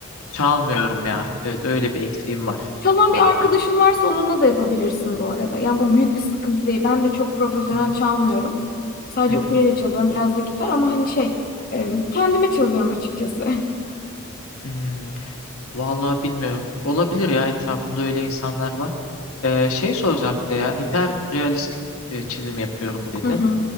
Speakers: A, on the left (about 80°); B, on the left (about 45°).
A: çalmıyorum ya. Evet öyle bir eksiğim var
B: Çalan
A: bu
B: bir
A: konuda.
B: arkadaşın varsa onunla da yapabilirsin bu arada. Yani bu büyük bir sıkıntı değil. Ben de çok profesyonel
A: Hı hı,
B: çalmıyorum. Sadece
A: hı hı.
B: ukulele çalıyorum, biraz da gitar ama hani şey, e, kendime çalıyorum açıkçası. <laughs>
A: Hmm, Vallahi bilmiyorum. Olabilir ya etrafımda öyle insanlar var. E, şey soracağım bir de ya hiperrealistik e, çizim yapıyorum dedin.
B: Hı hı.